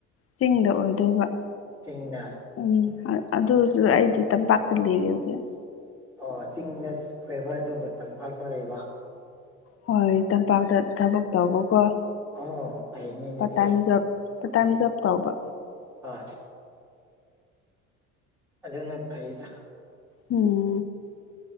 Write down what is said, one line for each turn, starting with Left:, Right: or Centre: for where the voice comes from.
Left: ꯆꯤꯡꯗ ꯑꯣꯏꯗꯣꯏꯕ
Centre: ꯆꯤꯡꯅ
Left: ꯎꯝ ꯑꯗꯨꯁꯨ ꯑꯩꯗꯤ ꯇꯝꯄꯥꯛꯇ ꯂꯩꯔꯦ ꯍꯧꯖꯤꯛ
Centre: ꯑꯣ ꯆꯤꯡꯗ ꯁꯋꯦꯕ ꯑꯗꯨꯕꯨ ꯇꯝꯄꯥꯛꯇ ꯂꯩꯕ
Left: ꯍꯣꯏ ꯇꯝꯄꯥꯛꯇ ꯊꯕꯛ ꯇꯧꯕꯀꯣꯝ
Centre: ꯑꯣ ꯐꯩꯅꯦ ꯑꯗꯨꯗꯤ
Left: ꯄꯥꯔꯠ time job part time job ꯇꯧꯕ
Centre: ꯍ ꯑꯗꯨꯅ ꯐꯩꯗ
Left: ꯎꯝ